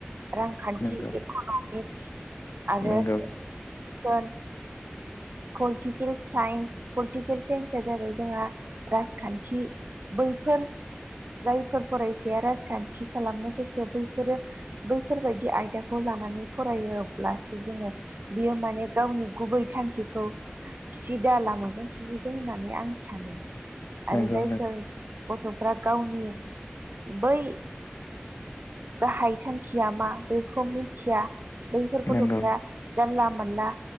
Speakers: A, on the right (about 55°); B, on the left (about 80°).
A: रांखान्थि
B: नंगौ
A: इकनमिक्स आरो
B: नंगौ
A: <unintelligible> पलिटिकेल साइन्स पलिटिकेल साइन्सआ जाबाय जोंहा राजखान्थि बैफोर जायफोर फरायसाया राजखानथि खालामनो गोसो बैफोरो बैफोरबायदि आयदाखौ लानानै फरायोब्लासो जोङो बियो माने गावनि गुबै थांखिखौ खौ सिदा लामाजों सहैगोन होननानै आं सानो
B: नंगौ
A: आरो जायफोर
B: नंगौ
A: गथ'फ्रा गावनि बै गाहाय थांखिया मा बेखौ मिथिया बैफोर गथ'फ्रा
B: नंगौ
A: जानला मानला